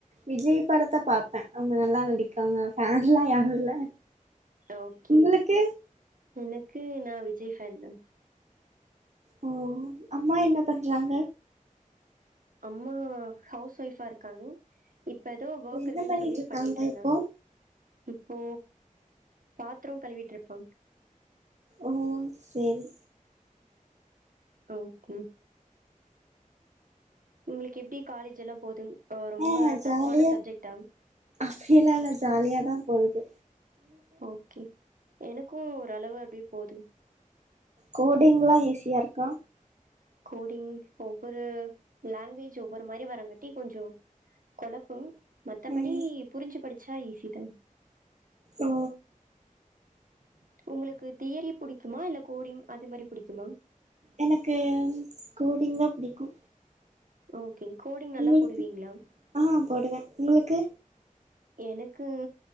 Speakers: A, on the right; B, on the right.
A: விஜய் படத்த பாப்பே அவுங்க நல்லா நடிக்காங்க ஃபேன்லா யாரு இல்ல
B: ஓக்கே
A: உங்களுக்கு
B: எனக்கு நா விஜய் ஃபேன் தா
A: ஓ அம்மா என்ன பண்றாங்க
B: அம்மா ஹவுஸ் ஒய்ஃபா இருக்காங்க இப்ப எதோ வோக்
A: என்ன
B: இருக்குன்
A: பண்ணிட்டு
B: சொல்லி
A: இருக்காங்க
B: பண்ணிட்ருந்தாங்க
A: இப்போ
B: இப்போ பாத்ரோ கழுவிட்ருப்பாங்
A: ஓ சேரி
B: ஓகே உங்களுக்கு எப்டி காலேஜ் எல்லா போதுங் அ ரொம்ப
A: ஆ
B: டப்ஃபான
A: ஜாலியா
B: சப்ஜெக்டா
A: அப்டியெல்லா இல்ல ஜாலியாதா போவுது
B: ஓகே எனக்கு ஒரு அளவு அப்டே போதுங்
A: கோடிங்லா ஈஸியா இருக்கா
B: கோடிங் ஒவ்வொரு லேங்வேஜ் ஒவ்வொரு மாறி வரங்காட்டி கொஞ்சோ கொழப்பு மத்தபடி
A: ம்
B: புரிஞ்சி படிச்சா ஈஸி தா
A: ஓ
B: உங்களுக்கு தியெரி புடிக்குமா இல்ல கோடிங் அது மாரி புடிக்குமா
A: எனக்கு கோடிங் தா புடிக்கு
B: ஓகே கோடிங் நல்லா
A: உங்களுக்கு
B: போடுவீங்ளா
A: ஆ போடுவே உங்களுக்கு
B: எனக்கு